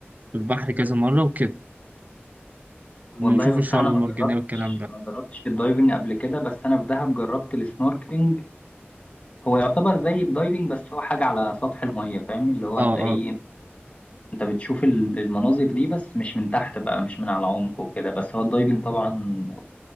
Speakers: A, on the right; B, on the left.
A: في البحر كذا مرة وكده وبنشوف
B: والله بصراحة
A: الشعب
B: أنا
A: المرجانية
B: ما جربتش
A: والكلام ده
B: ما جربتش الدايفنج قبل كده بس أنا في دهب جربت السنوركلينج هو يعتبر زي الدايفنج بس هو حاجة على سطح المية فاهم اللي هو
A: اه
B: أنت إيه
A: اه
B: أنت بتشوف ال- المناظر دي بس مش من تحت بقى مش من على عمق وكده بس هو الدايفنج طبعا